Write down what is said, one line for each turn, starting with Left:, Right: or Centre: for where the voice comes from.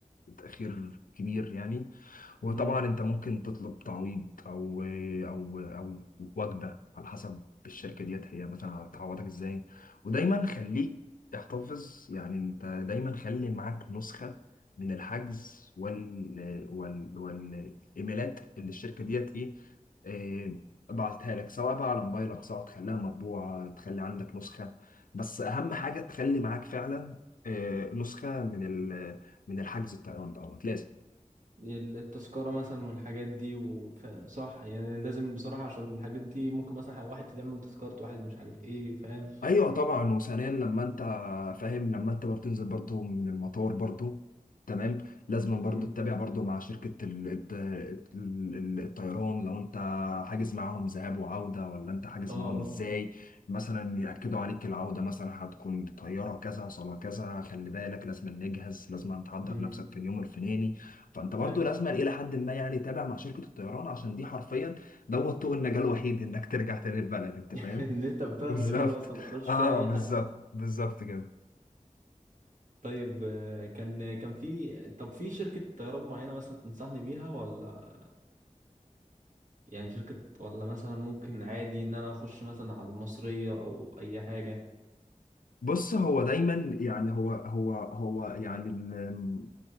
Left: تاخير كبير يعني وطبعا
Right: مم.
Left: انت ممكن تطلب تعويض او او او وجبه على حسب الشركه ديت هي مثلا هتعوضك ازاي ودايما خليك احتفظ يعني انت دايما خلي معاك نسخه من الحجز وال وال والايميلات اللي الشركه ديت ايه إيه، بعتها لك سواء بقى على موبايلك سواء تخليها مطبوعه تخلي عندك نسخه بس اهم حاجه تخلي معاك فعلا إيه، نسخه من ال من الحجز بتاع الطيران دوت لازم
Right: التذكرة مثلا والحاجات دي وف... صح يعني لازم بصراحة عشان الحاجات دي ممكن مثلا واحد تعمل تذكرة واحد مش عارف ايه فاهم
Left: ايوه طبعا وثانيا لما
Right: مم.
Left: انت فاهم لما انت برضه تنزل برضه من المطار برضه تمام لازم برضه
Right: مم.
Left: تتابع برضه مع شركة ال- الت- ال- الطيران لو انت حاجز معاهم ذهاب وعودة ولا انت حاجز
Right: اه
Left: معاهم
Right: اه
Left: ازاي مثلا يأكدوا عليك العودة مثلا هتكون طيارة كذا صالة كذا خلي بالك لازم نجهز لازم تحضر
Right: امم
Left: نفسك في اليوم الفلاني فانت برضه
Right: فاهم
Left: لازم الى حد ما يعني تتابع مع شركة الطيران عشان دي حرفيا دوت طوق النجاة الوحيد انك ترجع تاني البلد انت
Right: <laughs>
Left: فاهم
Right: ان انت في بلد
Left: بالظبط
Right: غريبة اصلا ما تعرفش
Left: اه
Right: فيها اي
Left: بالظبط
Right: حد
Left: بالظبط كده
Right: طيب آه، كان كان في طب في شركة طيران معينة مثلا تنصحني بيها ولا يعني شركة ولا مثلا ممكن عادي ان انا اخش مثلا على المصرية او اي حاجة
Left: بص هو دايما يعني هو هو هو يعني ال-